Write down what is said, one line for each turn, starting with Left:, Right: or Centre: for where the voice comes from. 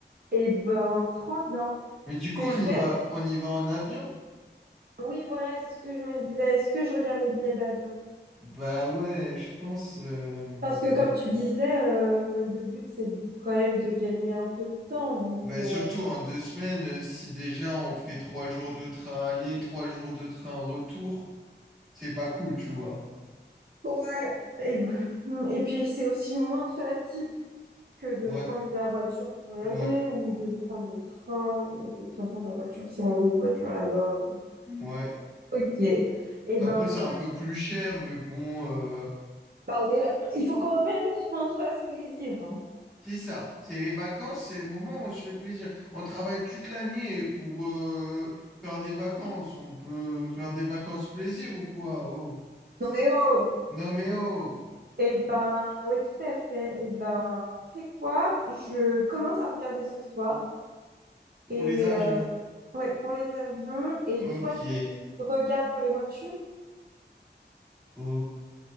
Right: Eh ben, trop bien.
Centre: Mais
Right: Ce
Centre: du
Right: que
Centre: coup, on
Right: je
Centre: y
Right: fais,
Centre: va, on y va en avion?
Right: oui, voilà, c'est ce que je me disais. Est-ce que je regarde les billets d'avion?
Centre: Bah ouais, je pense. euh,
Right: Parce que comme tu disais, euh, le but c'est quand même de gagner un peu de temps. Donc,
Centre: Bah
Right: euh,
Centre: surtout en deux semaines, euh, si déjà on fait trois jours de train aller, trois jours de train retour, c'est pas cool, tu vois.
Right: Ouais. Et, et puis c'est aussi moins de fatigue que de
Centre: Ouais,
Right: prendre la voiture pour y aller
Centre: ouais,
Right: ou de prendre le train ou de toute façon la voiture si on loue une voiture là-bas.
Centre: ouais.
Right: Ok. Et
Centre: Après,
Right: ben ce
Centre: c'est un
Right: que-
Centre: peu plus cher, mais bon, euh,
Right: bah, on est là- il faut quand même <laughs> qu'on se fasse plaisir. hein.
Centre: c'est ça. C'est les vacances, c'est le moment où on se fait plaisir. On travaille toute l'année pour euh, faire des vacances. On peut faire des vacances plaisir ou quoi? Oh.
Right: Non mais oh.
Centre: Non mais oh.
Right: Et ben oui tout à fait. Et ben tu sais quoi? Je commence à regarder ce soir
Centre: Pour
Right: et
Centre: les avions.
Right: euh, ouais pour les avions et
Centre: Ok,
Right: toi tu regardes pour les voitures?
Centre: ok.